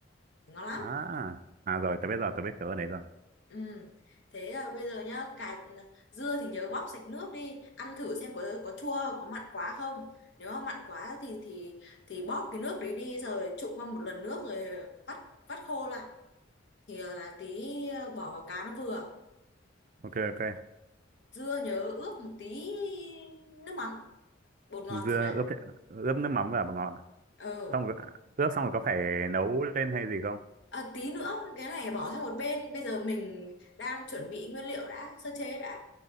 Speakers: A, on the left; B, on the right.
A: thì ngon lắm
B: à à rồi tớ biết rồi tớ biết chỗ ở đấy rồi
A: ừ. thế ờ, bây giờ nhá cà ừ, dưa thì nhớ bóp sạch nước đi ăn thử xem có có chua có mặn quá không nếu mà mặn quá thì thì thì bóp cái nước đấy đi rồi trụng qua một lần nước rồi vắt vắt khô lại thì ờ, là tí ờ, bỏ vào cá nó vừa
B: ok ok
A: dưa nhớ ướp một tí nước mắm bột ngọt
B: dưa
A: gì đấy
B: ướp ướp nước mắm và bột ngọt
A: ừ
B: xong rồi, ướp xong rồi có phải nấu lên hay gì không
A: À, tí nữa cái này bỏ sang một bên bây giờ mình đang chuẩn bị nguyên liệu đã sơ chế đã